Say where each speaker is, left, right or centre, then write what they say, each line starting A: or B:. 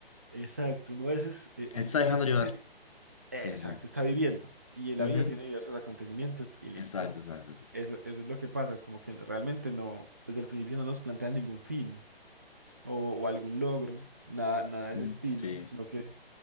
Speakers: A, on the right; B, on the left.
A: exacto. Uno a veces eh,
B: Él
A: en,
B: se está
A: en
B: dejando
A: ciertas
B: llevar.
A: series. Exacto,
B: Sí, sí.
A: está viviendo. Y la
B: Ujú.
A: vida tiene diversos acontecimientos y listo.
B: Exacto, exacto.
A: Eso, eso es lo que pasa, como que realmente no, desde el principio no nos plantean ningún fin o, o algún logro, nada, nada de
B: Mm,
A: ese estilo,
B: Sí.
A: sino que,